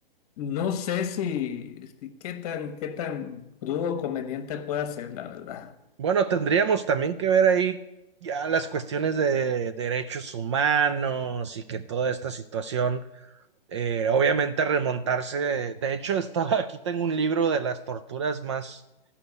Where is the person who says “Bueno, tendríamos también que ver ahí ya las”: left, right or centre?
Right